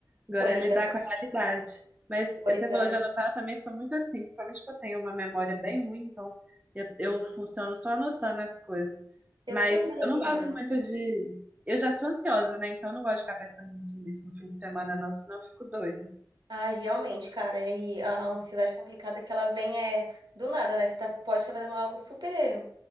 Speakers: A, on the right; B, on the right.
A: Agora
B: Pois
A: é lidar
B: é,
A: com a realidade. Mas
B: pois
A: você falou
B: é.
A: de anotar, eu também sou muito assim, principalmente que eu tenho uma memória bem ruim, então eu, eu funciono só anotando as coisas.
B: Eu
A: Mas
B: também,
A: eu não
B: menina.
A: gosto muito de. Eu já sou ansiosa, né? Então eu não gosto de ficar pensando muito nisso no fim de semana, não, senão eu fico doida.
B: Ai, realmente, cara, e a a ansiedade complicada que ela vem é do nada, né? Você tá, pode estar fazendo algo super